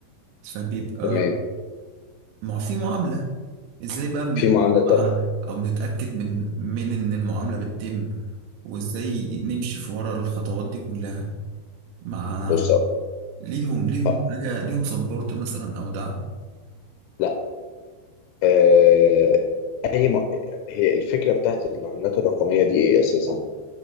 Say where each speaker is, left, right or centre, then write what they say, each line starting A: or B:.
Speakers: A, on the right (about 80°); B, on the left (about 85°).
A: فبيبقى
B: تمام
A: مع في معاملة ازاي بقى بندفعها
B: في معاملة تانية
A: او بنتأكد من من ان المعاملة بتتم وازاي نمشي في ورا الخطوات دي كلها مع
B: بص
A: ليهم ليهم
B: آه،
A: حاجة ليهم سبورت مثلا او دعم
B: لا آه، أي م... هي الفكرة بتاعت العملات الرقمية دي إيه أساسا؟